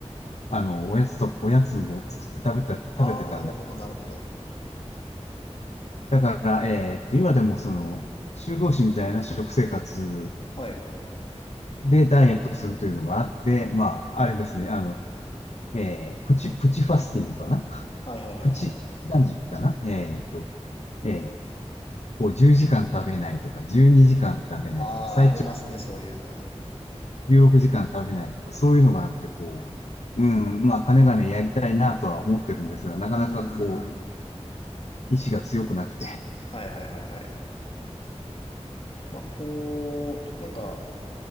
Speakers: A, on the left; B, on the left.
A: あの、おやつと、おやつを作って食べた、食べてたんだ。
B: ああ、なるほど、なるほど。
A: だから、えーっと、今でもその、修道士みたいな食生活
B: はい。
A: でダイエットするというのがあって、まあ、あれですね、あの、えー、プチ、プチファスティングかな
B: はいはいはいはい。
A: プチ、何時かなえーっと、えー、こう10時間食べないとか、12時間食べないとか、
B: ああ、
A: 最長
B: ありますね、そういうの。
A: 16時間食べないとか、そういうのがあって、こう、うん、まあ、金がね、やりたいなとは思ってるんですが、なかなかこ
B: うーん。
A: う、意志が強くなくて。
B: はいはいはいはい。まあ、こう、なんか、